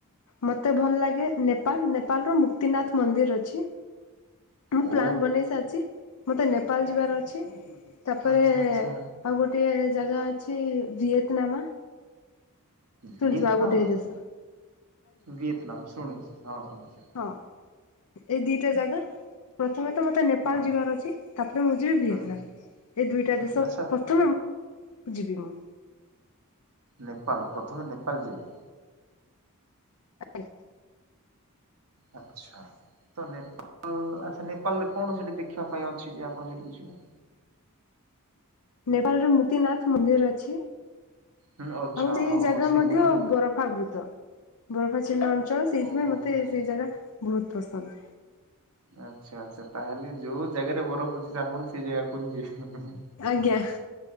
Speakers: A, on the left; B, on the right.
A: ମତେ ଭଲ ଲାଗେ ନେପାଳ ନେପାଳର ମୁକ୍ତିନାଥ ମନ୍ଦିର ଅଛି। ଟୁ
B: ଓ
A: ପ୍ଲାନ୍ ବନେଇ ସାରିଚି ମତେ ନେପାଳ ଯିବାର ଅଛି। ତାପରେ
B: ଆଚ୍ଛା ଆଚ୍ଛା
A: ଆଉ ଗୋଟେ ଜାଗା ଅଛି ଭିଏତନାମ। ଶୁଣିଥିବ
B: ଭିଏତନାମ
A: ଆଉ ଗୋଟେ ଏ ଦେଶର।
B: ଭିଏତନାମ ଶୁଣିଛି ହଁ ଶୁଣିୁଛି।
A: ହଁ ଏଇ ଦିଟା ଜାଗା ପ୍ରଥମେ ତ ମତେ ନେପାଳ
B: ହଁ
A: ଯିବାର ଅଛି ତାପରେ ମୁଁ ଯିବି ଭିଏତନାମ।
B: ହୁଁ ହୁଁ
A: ଏଇ ଦୁଇଟା
B: ହୁଁ
A: ଦେଶ
B: ଆଚ୍ଛା
A: ପ୍ରଥମେ ଯିବି ମୁଁ।
B: ନେପାଳ ପ୍ରଥମେ ନେପାଳ ଯିବେ।
A: ଆଜ୍ଞା।
B: ଆଚ୍ଛା। ତ ନେପାଳ ଆଚ୍ଛା ନେପାଳ ରେ କଣ ସେଠି ଦେଖିବା ପାଇଁ ଅଛି ଯେ ଆପଣ ସେଠିକୁ ଯିବେ।
A: ନେପାଳରେ ମୁକ୍ତିନାଥ ମନ୍ଦିର ଅଛି।
B: ହୁଁ ଆଚ୍ଛା
A: ଆଉ ସେଇ
B: ଓହୋ
A: ଜାଗା
B: ସେ
A: ମଧ୍ୟ
B: ମନ୍ଦିର
A: ବରଫା ବୃତ। ବରଫା ିଲ ଅଞ୍ଚଳ ସେଇଥିପାଇଁ
B: ଓହୋ
A: ମତେ
B: ହୋ।
A: ସେଇ ଜାଗା ବହୁତ ପସନ୍ଦ।
B: ଆଚ୍ଛା ଆଚ୍ଛା ତାହେଲେ ଯୋଉ ଜାଗାରେ ବରଫ ଅଛି ଆପଣ ସେ ସେ ଜାଗାକୁ ହିଁ ଯିବ ହୁ ହୁ।
A: ଆଜ୍ଞା।